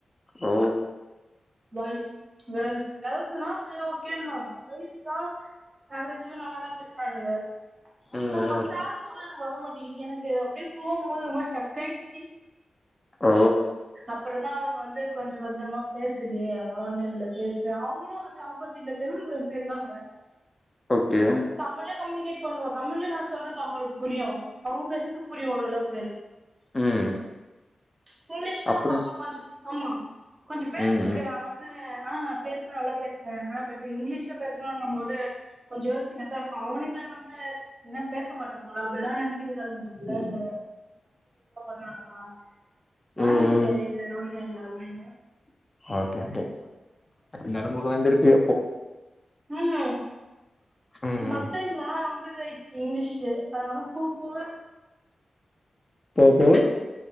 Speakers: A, on the left; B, on the right.
A: ஓ
B: பாய்ஸ் கேர்ள்ஸ் கேர்ள்ஸ்னா சேர் ஓகேங்ளா பாய்ஸ் லா அவரேஜாவ நல்லாதா பேசுறானுங்க
A: ம்
B: நம்
A: ம்
B: வந்தாலு சொல்லலா வர மாட்டிக்குது எனக்கு அப்படியே போகும்போது ஒரு மாரி ஸ்டக் காடுச்சு
A: ஓ
B: அப்புறோ தா அவனுங்க வந்து கொஞ்சோ கொஞ்சமா பேசுடி அதுலா ஒண்ணு இல்ல பேசு அவங்களு வந்து ஆப்போசிட்ல தெலுங்கு பிரண்ட்ஸ் இருக்காங்க
A: ஓகே
B: தமிழ கம்யூனிகேட் பண்ணுவோ தமிழ்ல நா சொல்றது அவங்களுக்கு புரியு அவங்க பேசறதுக்கு புரியு ஓரளவுக்கு
A: ம்
B: புவனேஷ்லா
A: அப்புறோ
B: அப்பப்ப கொஞ்சோ ஆமா கொஞ்சோ பேசுரதுக்கு
A: ம் ம்
B: நா வந்து ஆனா நா பேசனா நல்லா பேசுவே ஆனா பட் இங்கிலீஷல பேசணும் போது கொஞ்சோ <unintelligible> அவனுங்களே வந்து என்ன பேச மாட்ட போல அப்படியெல்லா நென்
A: ம்
B: <unintelligible> நான்வெஜ்
A: ம்
B: வேற ஏது வேற ஒன்னு லவண்
A: <unintelligible>
B: உம் <unintelligible>
A: ம்
B: பஸ்ட்
A: ம்
B: டைம்ல ரொம்ப இது ஆயிடுச்சு இங்கிலீஷு அதுக்கப்றோ போக போக
A: போ போ <unintelligible>